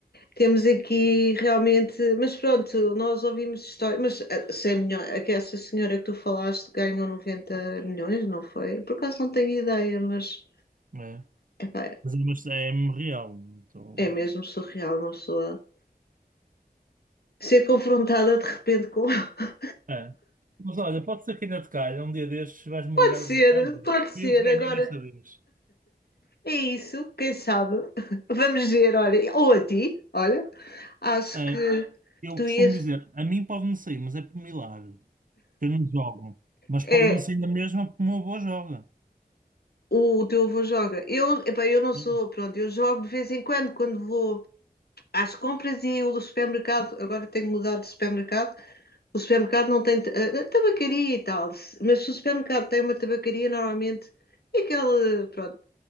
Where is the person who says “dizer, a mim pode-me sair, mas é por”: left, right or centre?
Right